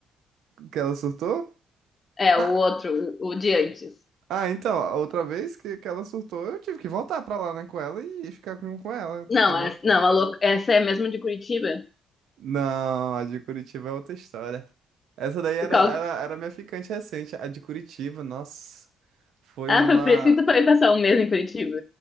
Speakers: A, on the right; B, on the left.
A: Que ela surtou?
B: É,
A: Ah,
B: o outro, o, o de antes.
A: ah, então, a outra vez que, que ela surtou, eu tive que voltar pra lá, né, com ela e ficar com, com ela.
B: Não,
A: Tem uma,
B: essa, não, a louca- essa é mesmo de Curitiba?
A: Não, a de Curitiba é outra história. Essa daí era,
B: Qual-
A: era, era minha ficante recente. A de Curitiba, nossa, foi
B: Ah,
A: uma.
B: foi por isso que tu foi passar um mês em Curitiba?